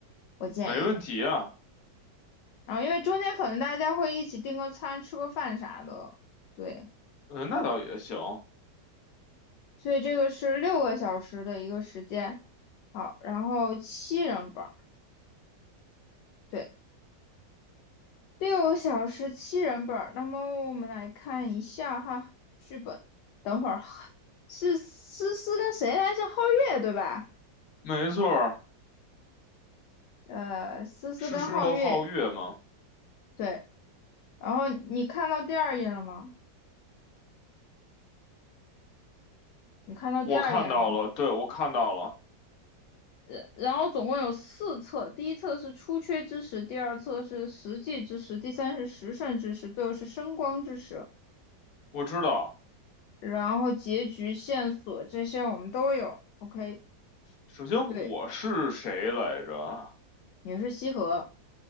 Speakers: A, on the left; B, on the left.
A: 我建议。
B: 没问题啊。
A: 然后因为中间可能大家会一起订个餐、吃个饭啥的，对，
B: 嗯，那倒也行，
A: 所以这个是六个小时的一个时间。好，然后七人本儿，对。六小时七人本儿，那么我们来看一下哈，剧本。等会儿是思思跟谁来着？皓月对吧？
B: 没错儿，
A: 呃，思思跟皓月
B: 诗诗和皓月嘛。
A: 对。然后你看到第二页了吗？你看到第二页了吗？
B: 我看到了，对，我看到了，
A: 呃，然后总共有四册，第一册是出缺之时，第二册是实际之时，第三是时胜之时，最后是升光之时。
B: 我知道。
A: 然后结局线索这些我们都有。OK，
B: 首先我是谁来着？
A: 对，也是西河。